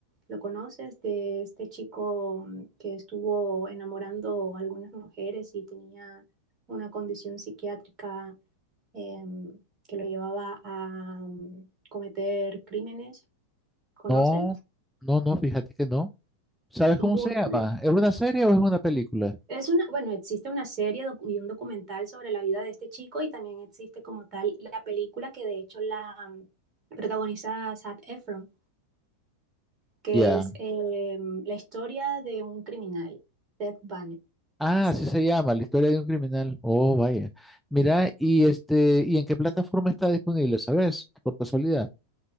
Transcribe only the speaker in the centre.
No, no, no, fíjate que no. ¿Sabes
cómo se llama? ¿Es una serie o es una película?
Ya.
Ah,
así
se llama, La historia de un criminal. Oh, vaya. Mira,
y este, ¿y en qué plataforma está disponible, sabes? Por casualidad.